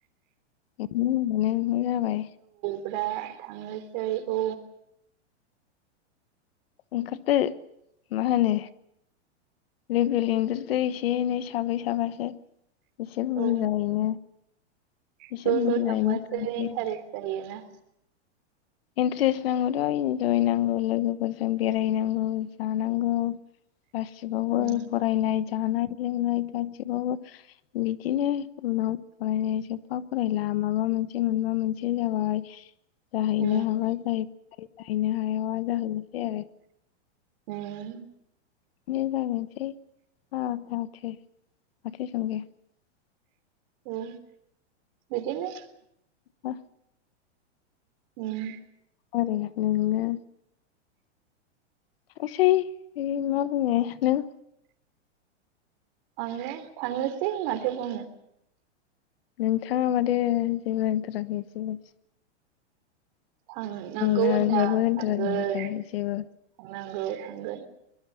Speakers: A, on the left; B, on the right.
A: इदि होनबालाय <unintelligible> जाबाय।
B: फुरा थांनोसै औ।
A: ओंखारदो मा होनो लोगो लिंदेरदो एसे एनै साब्रै साबासो। एसे बुरजायैनो।
B: औ
A: एसे
B: ज'
A: बुरजायैनो
B: ज' थांबासो
A: थांसै
B: इन्टारेस्ट जायोना।
A: इन्ट्रेस्ट नांगौथ' इन्जय नांगौ लोगोफोरजों बेरायनांगौ जानांगौ। गासिबावबो
B: उम
A: फरायनाय जानाय लोंनाय गासिबावबो बिदिनो उनाव फरायनाय जोबबा फरायला माबा मोनसे मोनबा मोनसे जाबाय। जाहैनो
B: उम
A: <unintelligible> जाहैनो हायाबाबो जाहैनोसै आरो
B: उम।
A: <unintelligible>
B: औ। बिदिनो
A: ओ।
B: ओम
A: ओरैनो नोंनो थांसै मा बुंङो नों
B: आंलाय थांनोसै माथो बुंनो।
A: नोंथाङा मादो जेबो होनथाराखै एसेबो?
B: थांनांगौ
A: नोंहाबो
B: होनदां
A: होनथाराखै
B: थांगोन
A: माथो एसेबो
B: नांगौ थांगोन।